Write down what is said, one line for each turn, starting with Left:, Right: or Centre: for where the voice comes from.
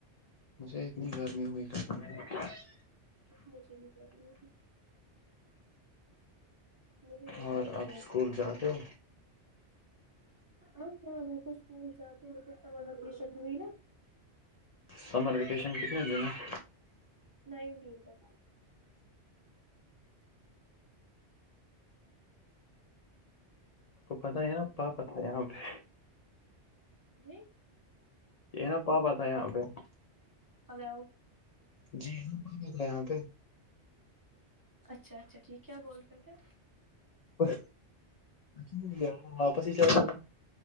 Left: مجھے اتنی گرمی ہوئی <unintelligible>
Right: مجھے بھی گرمی <unintelligible> مجھے
Left: اور
Right: گرمی
Left: آپ
Right: بہت
Left: اسکول
Right: زیادہ
Left: جاتے ہو
Right: ہاں میں تو اسکول جاتی ہوں لیکن سمر وکیشن ہوئی نا
Left: سمر ویکیشن کتنے دن ہیں
Right: نائنٹیین تک
Left: آپ کو پتہ ہے نا پا پت ہے یہاں پہ
Right: جی
Left: یہ نا پاپا تھا یہاں پہ
Right: ہلو
Left: جی ہاں پاپا تھا یہاں پہ
Right: اچھا اچھا ٹھیک کیا بول رہے تھے
Left: کچھ نہیں یار واپس ہی چلا گیا